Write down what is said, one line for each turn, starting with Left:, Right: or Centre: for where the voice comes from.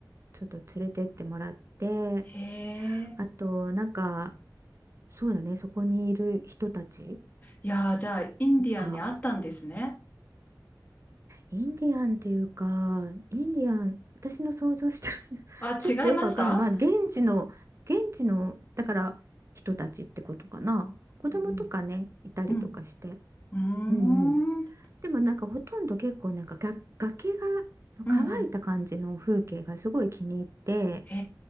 Right: ちょっと連れてってもらって、
Left: へえ。
Right: あと、なんか、そうだね、そこにいる人たち
Left: いやー、じゃあ、インディアンにあったんですね。
Right: が、インディアンっていうか、インディアン、私の想像してる <laughs>
Left: あ、
Right: ちょっとよくわからない。
Left: 違いました
Right: まあ、現地の、現地の、だから人たちってことかな。子供とかね、
Left: うん
Right: いたりとかして。
Left: うん。うん。
Right: うんうん。
Left: うーん。
Right: でもなんかほとんど結構なんかが崖が
Left: うんうん。
Right: 乾いた感じの風景がすごい気に入って、
Left: へ